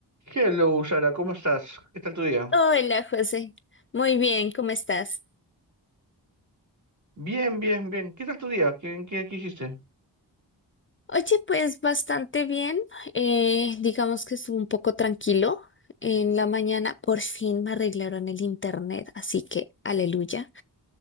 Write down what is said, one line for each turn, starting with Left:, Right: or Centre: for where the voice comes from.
Right: Hello, Sara, ¿cómo estás? ¿Qué tal tu día?
Left: Hola, José. Muy bien, ¿cómo estás?
Right: Bien, bien, bien. ¿Qué tal tu día? ¿Qué, qué, qué hiciste?
Left: Oye, pues bastante bien. Eh, digamos que estuvo un poco tranquilo. En la mañana por fin me arreglaron el internet, así que aleluya.